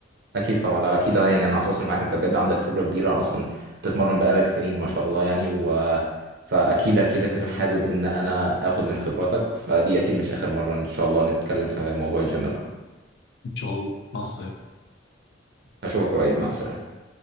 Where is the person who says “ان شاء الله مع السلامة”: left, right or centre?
Left